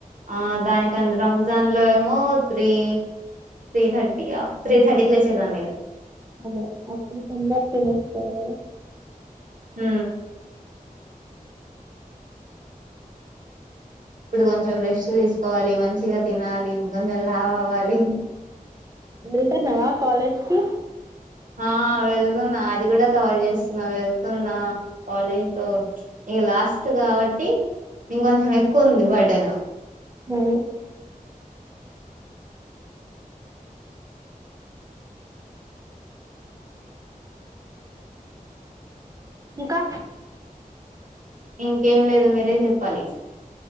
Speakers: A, on the right; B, on the right.
A: ఆ దానిక రంజాన్ లో ఏమో త్రీ త్రీ థర్టీయా త్రీ థర్టీకి లేచేదాండి
B: అను అప్పుడు తొంద తనే పవద.
A: హ ఇప్పుడు కొంచెం రెస్ట్ తీసుకోవాలి మంచిగా తినాలి కొంచెం లావ్ అవ్వాలి
B: వెళ్తున్నావా కాలేజీకి
A: ఆ వెళ్తున్నా అది కూడా కవర్ చేస్తున్నా వెళ్తున్నా కాలేజ్ త ఇక లాస్ట్ కాబట్టి ఇంక కొంచెం ఎక్కువ ఉంది బర్డే నా
B: ఓ ఇంకా
A: ఇంకేం లేదు మీరే చెప్పాలి